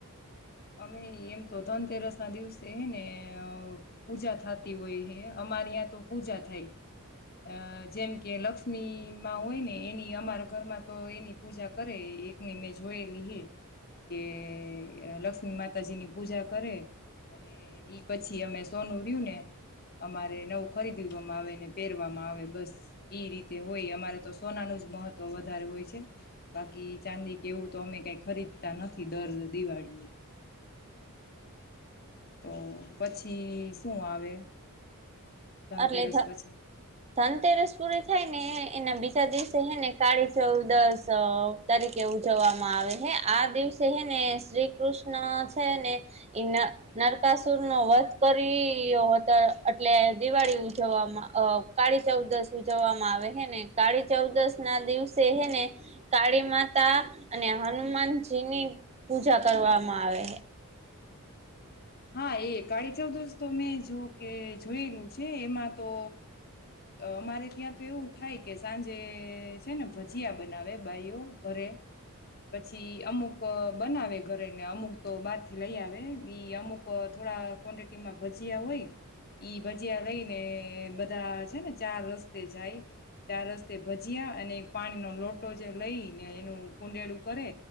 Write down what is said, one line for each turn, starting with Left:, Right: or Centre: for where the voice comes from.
Left: અમે એમ તો ધનતેરસના દિવસે હે ને પૂજા થતી હોય હે અમારી ત તો પૂજા થાય અ જેમ કે લક્ષ્મીમાં હોયને એની અમારા ઘરમાં તો એની પૂજા કરે એકની મેં જોયેલી હે કે લક્ષ. લમી માતાજીની પૂજા કરે અને ઈ પછી અમે સોનું રયુંને અમારે નવું ખરીદવામાં આવેને પહેરવામાં આવે બસ ઈ રીતે હોય અમારે તો સોનાનું જ મહત્વ વધારે હોય છે. બાકી ચાંદી કે એવું તો અમે કઈ ખરીદતા નથી દર દિવાળી એ. તો પછી શું આવે. ધનતેરસ
Right: એટલે ધ
Left: પછી
Right: ધનતેરસ પૂરી થાયને એના બીજા દિવસે હેને કાળી ચૌદશ તરીકે ઉજવવામાં આવે હે આ દિવસે હેને શ્રી કૃષ્ણ છે ને એ નરકાસુરનો વધ કર્યો હતો એટલે. દિવાળી ઉજવવામાં કાળી ચૌદશ જવામાં આવે હ ને કાળી ચૌદશના દિવસે એને કાળી માતા અને હનુમાનજીની પૂજા કરવામાં આવે છે.
Left: હા એ કાળી ચૌદશ તો મેં જો કે જોયેલું છે એમાં તો અમારે ત્યાં તો એવું થાય કે સાંજે છે ને ભજીયા બનાવે બાાઈઓ ઘરે પછી અમુક બનાવે ઘરેને અમુક તો બહારથી લઈ આવે અમુક થોડા ક્વોન્ટિટીમાં ભજીયા હોય એ ભજીયા લઈને બધા છે ને ચાર રસ્તે જાય ચાર રસ્તે ભજીયા અને પાણીનો લોટો જે લઈને એનું કુંડેળું કરે